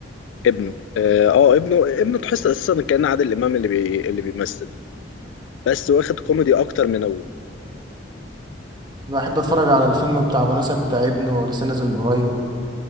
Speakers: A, on the left; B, on the right.
A: ابنه اه آه، ابنه ابنه تحس اساسا كأن عادل امام اللي بي... اللي بيمثل بس واخد كوميدي اكتر من ابوه
B: بحب أتفرج على الفيلم بتاع أبو نسب بتاع ابنه لسه نازل من قريب